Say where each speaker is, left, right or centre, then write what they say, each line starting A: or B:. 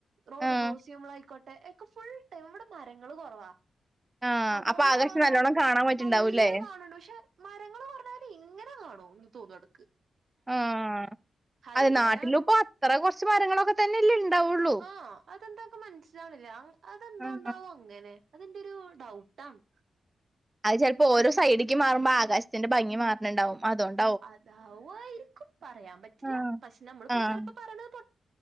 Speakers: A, on the right; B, on the right.
A: റോഡ്
B: ആഹ്
A: ക്രോസ് ചെയ്യുമ്പോള അയ്ക്കോട്ടെ. അയ് ക്ക ഫുൾ ടൈം ഇവിടെ മരങ്ങള് കൊറവാ
B: ആഹ്.
A: അതൊണ്ടാണോ
B: അപ്പൊ ആകാശം നല്ലോണം കാണാൻ പറ്റ്ണ്ടാവൂല്ലേ?
A: നല്ല കാണണ്. ക്ഷെ മരങ്ങള് പറഞ്ഞാല് ഇങ്ങനെ കാണോ ഒന്ന് തോന്നു എടക്ക്
B: ആഹ്
A: ഹൈവേയിലാണ്
B: അത് നാട്ടിലുപ്പൊ അത്ര കുറച്ച് മരങ്ങളൊക്കെ തന്നെല്ലണ്ടാവുള്ളു.
A: ആഹ്, അതെന്തൊക്കെ മനസ്സിലാവണില്ല. അതെന്തോണ്ടാവും
B: ആഹ്
A: അങ്ങനെ അതിന്റെരു ഡൗട്ടാണ്.
B: അത് ചെലപ്പോ ഓരോ സൈഡിക്ക് മാറുമ്പോ ആകാശത്തിന്റെ ഭംഗി മാറ്‌ണ്‌ണ്ടാവും അതൊണ്ട്
A: അതാവു ആയിരിക്കും പറയാൻ പറ്റില്ല.
B: ആഹ്
A: പക്ഷെ നമ്മള്പ്പൊ
B: ആഹ്
A: ഈ ചെലപ്പോ പറയണത് പൊ